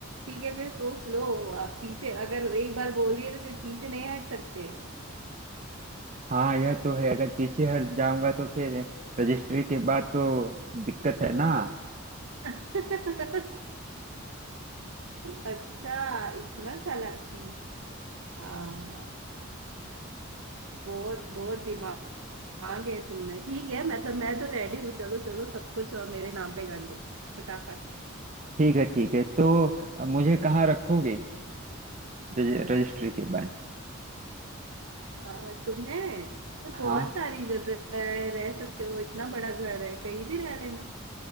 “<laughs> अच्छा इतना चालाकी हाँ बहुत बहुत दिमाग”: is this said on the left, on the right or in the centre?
Right